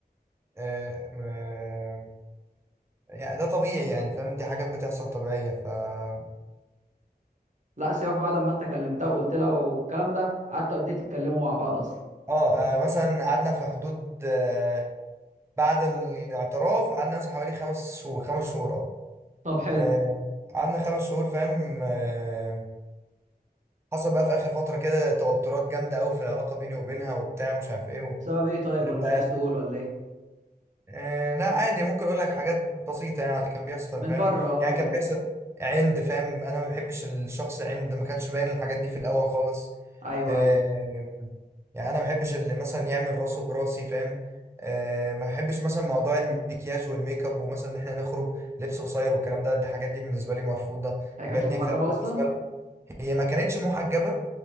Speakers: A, on the right (about 15°); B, on the right (about 45°).
A: آه، ما- يعني ده طبيعي يعني فاهم دي حاجات بتحصل طبيعية ف اه
B: لا سياق بعد ما انت كلمتها وقلت لها والكلام ده قعدتوا قد ايه تتكلموا مع بعض اصلا
A: آه، مثلا قعدنا في حدود آه، بعد الاعتراف قعدنا مثلا حوالي خمس شهور خمس شهور اه
B: طب حلو
A: آه، قعدنا خمس شهور فاهم آه، حصل بقى في آخر فترة كده توترات جامدة أوي في العلاقة بيني وبينها وبتاع ومش عارف ايه و...
B: بسبب ايه طيب
A: بقى
B: ولا مش عايز تقول ولا ايه
A: آه لا عادي ممكن اقول لك حاجات بسيطه يعني على اللي كان بيحصل
B: من
A: فاهم
B: بره اه
A: يعني
B: كده
A: كان بيحصل عند فاهم انا ما بحبش الشخص عند ما كانش باين الحاجات دي في الاول خالص
B: ايوه
A: آه
B: ايوه
A: يعني انا ما بحبش اللي مثلا يعمل راسه براسي فاهم آه ما بحبش مثلا موضوع المكياج والميك اب ومثلا ان احنا نخرج لبس قصير والكلام ده دي الحاجات دي بالنسبه لي مرفوضه
B: هي
A: الحاجات
B: كانتش
A: دي
B: محجبة
A: فاهم
B: اصلا
A: بالنسبه لي هي ما كانتش محجبه